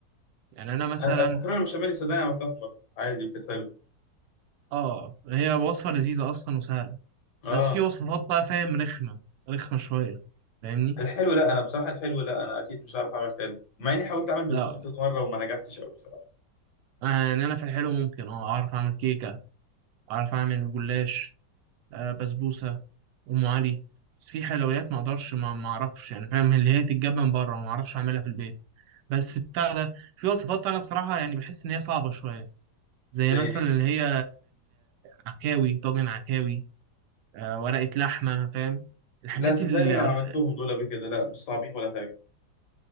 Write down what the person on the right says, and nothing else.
يعني أنا مثلا
آه هي وصفة لذيذة أصلا وسهلة
بس في وصفات بقى فاهم رخمة رخمة شوية فاهمني؟
لا
آه، يعني أنا في الحلو ممكن آه أعرف أعمل كيكة أعرف أعمل جلاش آه بسبوسة أم علي بس في حلويات ما أقدرش ما ما أعرفش يعني فاهم اللي هي تتجاب من بره ما أعرفش أعملها في البيت بس بتاع ده في وصفات أنا الصراحة يعني بحس إن هي صعبة شوية زي
مثلا
اللي هي العكاوي طاجن عكاوي آه، ورقة لحمة فاهم الحاجات
اللي
أص-